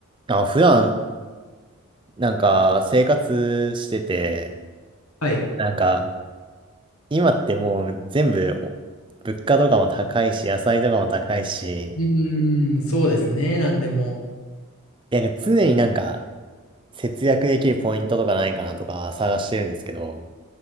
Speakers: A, on the right; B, on the left.
A: あ、普段、なんか、生活してて、
B: はい。
A: なんか、今ってもう全部、お物価とかも高いし、野菜とかも高いし、
B: うーん、そうですね。なんでも。
A: なんか常になんか、節約できるポイントとかないかなとか探してるんですけど。